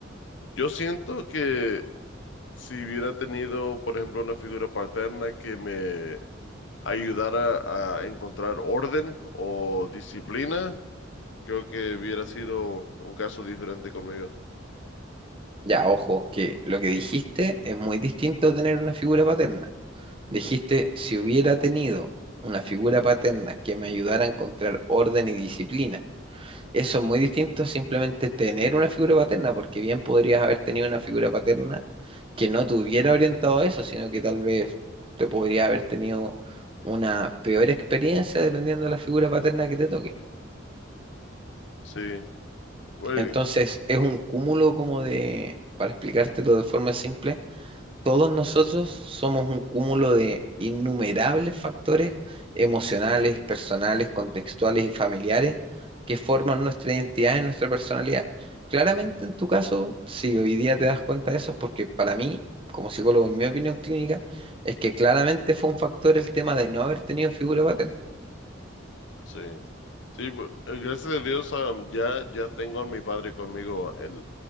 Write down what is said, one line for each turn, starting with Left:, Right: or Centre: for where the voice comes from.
Left: Yo siento que si hubiera tenido, por ejemplo, una figura paterna que me ayudara a encontrar orden o disciplina, creo que hubiera sido un caso diferente conmigo.
Right: Ya, ojo, que lo que dijiste es muy distinto a tener una figura paterna. Dijiste, si hubiera tenido una figura paterna que me ayudara a encontrar orden y disciplina. Eso es muy distinto a simplemente tener una figura paterna, porque bien podrías haber tenido una figura paterna que no te hubiera orientado a eso, sino que tal vez te podría haber tenido una peor experiencia dependiendo de la figura paterna que te toque.
Left: Sí. Güey,
Right: Entonces, es un cúmulo como de, para explicártelo de forma simple, todos nosotros somos un cúmulo de innumerables factores emocionales, personales, contextuales y familiares que forman nuestra identidad y nuestra personalidad. Claramente en tu caso, si hoy día te das cuenta de eso, es porque para mí, como psicólogo, en mi opinión clínica, es que claramente fue un factor el tema de no haber tenido figura paterna.
Left: Sí, sí, bu- eh, gracias a Dios, am, ya, ya tengo a mi padre conmigo. El,